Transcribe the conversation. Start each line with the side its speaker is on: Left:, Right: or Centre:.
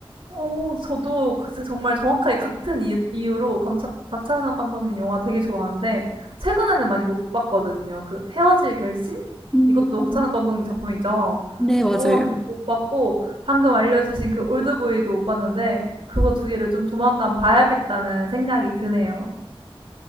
Right: 어 저도 그 정말 정확하게 같은 이유 이유로 감차 박찬욱 감독님 영화 되게 좋아하는데 최근에는 많이 못 봤거든요. 그 헤어질 결심?
Centre: 음.
Right: 이것도 박찬욱 감독님 작품이죠.
Centre: 네, 맞아요.
Right: 그거는 못 못 봤고 방금 알려주신 그 올드보이도 못 봤는데 그거 두 개를 좀 조만간 봐야겠다는 생각이 드네요.